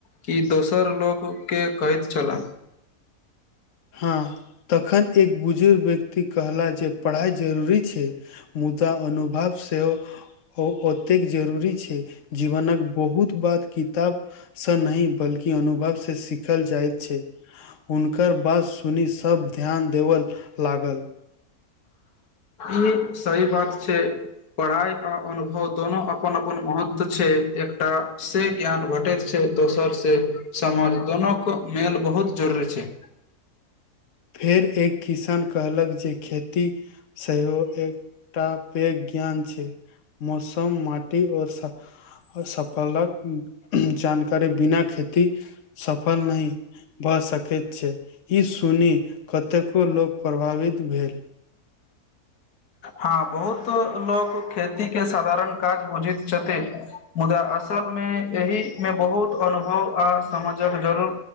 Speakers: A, on the left (about 80°); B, on the left (about 55°).
A: कि दोसर लोकके कहैत छलाह
B: <inaudible> हँ तखन एक बुजुर्ग व्यक्ति कहला जे पढ़ाइ जरूरी छै मुदा अनुभव सेहो ओतेक जरूरी छै जीवनक बहुत बात किताब से नहि बल्कि अनुभव से सीखल जाइत छै हुनकर बात सुनि सब ध्यान देबऽ लागल
A: ई सही बात छै पढ़ाई आ अनुभव दुनो अपन अपन महत्व छै एकटा से ज्ञान भेटैत छै दोसर से समाज दोनोक को मेल बहुत जरुरी छै
B: फेर एक किसान कहलक जे खेती सेहो एकटा पैघ ज्ञान छै मौसम माटी आओरसफलक जानकारी बिना खेती सफल नहि भऽ सकैत छै ई सुनी कतेको लोक प्रभावित भेल
A: हँ बहुत लोक खेती के साधारण काज बुझैत छथिन मुदा असल फसल मे एहि मे बहुत अनुभव आ समझक जरू